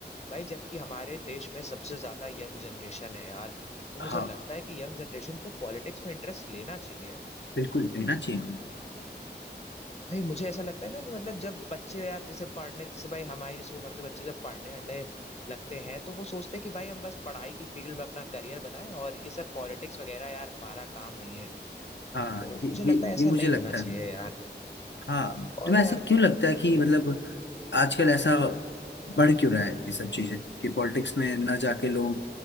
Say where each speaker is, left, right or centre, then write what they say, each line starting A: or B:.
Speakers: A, on the left; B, on the left.
A: भाई जबकि हमारे देश में सबसे ज्यादा यंग जनरेशन है यार तो
B: हाँ
A: मुझे लगता है कि यंग जनरेशन को पॉलिटिक्स में इंटरेस्ट लेना चाहिए
B: बिल्कुल देना चाहिए उन्हें।
A: भाई मुझे ऐसा लगता है ना कि मतलब जब बच्चे यार जैसे पढ़ने जैसे भाई हमारी जैसी उम्र के बच्चे जब पढ़ने अढ़ने लगते हैं तो वो सोचते हैं कि भाई हम बस पढ़ाई की फील्ड में अपना करियर बनाएं और ये सब पॉलिटिक्स वगैरह यार हमारा काम नहीं है
B: हाँ
A: तो मुझे
B: ये
A: लगता
B: ये
A: है ऐसा
B: ये मुझे
A: नहीं
B: लगता
A: होना चाहिए
B: है
A: यार
B: हाँ
A: और
B: तुम्हें
A: यार
B: ऐसा
A: दे,
B: क्यों लगता है कि
A: दे,
B: मतलब आजकल ऐसा बढ़ क्यों रहा है ये सब चीजें कि पॉलिटिक्स में ना जाके लोग